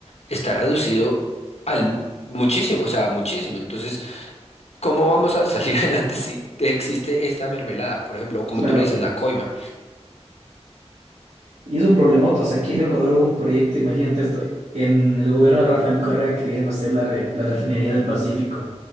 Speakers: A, on the left; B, on the right.
A: está reducido al muchísimo, o sea, muchísimo. Entonces, ¿cómo vamos a salir <laughs> adelante si existe esta mermelada, por ejemplo, o como
B: Claro.
A: tú le dices, la coima?
B: Y es un problemoto. O sea, aquí en Ecuador hubo un proyecto, imagínate esto, en el gobierno de Rafael Correa querían hacer la, re- la refinería del Pacífico